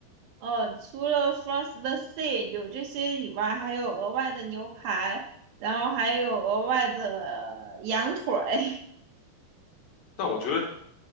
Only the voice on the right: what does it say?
哦，除了 f r o n the Sea 有这些以外，还有额外的牛排，然后还有额外的羊腿。<laughs>